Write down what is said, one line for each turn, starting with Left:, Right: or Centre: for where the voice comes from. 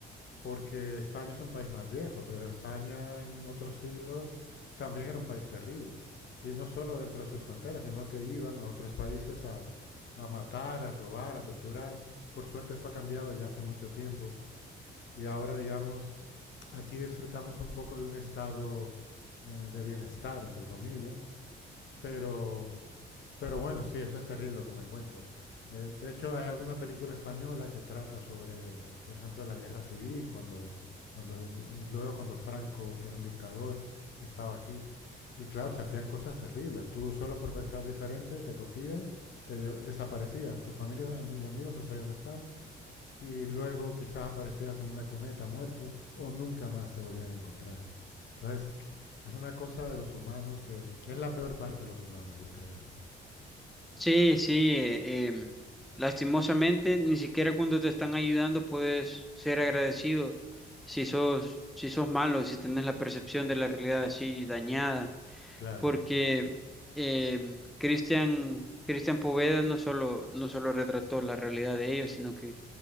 Left: porque España es un país más viejo, pero España en otros siglos también era un país terrible. Y no solo dentro de sus fronteras, sino que iban a otros países a, a matar, a robar, a torturar. Por suerte eso ha cambiado ya hace mucho tiempo. Y ahora, digamos, aquí disfrutamos un poco de un estado eh, de bienestar, entre comillas, pero, pero bueno, sí, eso es terrible lo que me cuentas. Eh, de hecho, hay alguna película española que trata sobre, por ejemplo, la guerra civil, cuando, cuando, y luego cuando Franco, que era un dictador, estaba aquí. Y claro, se hacían cosas terribles. Tú solo por pensar diferente te cogían, te lle- desaparecías. Tu familia y ami- y amigos no sabían dónde estabas y luego quizás aparecías en una cuneta muerto o nunca más te volvían a encontrar. Entonces, es una cosa de los humanos que es la peor parte de los humanos, yo creo.
Centre: Sí, sí, eh, em, lastimosamente, ni siquiera cuando te están ayudando puedes ser agradecido si sos, si sos malo, si tenés la percepción de la realidad así dañada,
Left: Claro,
Centre: porque em, Cristian, Cristian Poveda no solo, no solo retrató la realidad de ellos, sino que